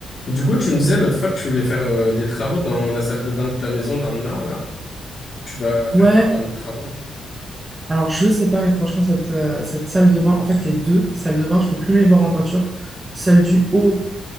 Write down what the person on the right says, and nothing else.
Ouais,
alors je sais pas, mais franchement, cette, euh, cette salle de bain, en fait, les deux salles de bain, je peux plus les voir en peinture. Celle du haut,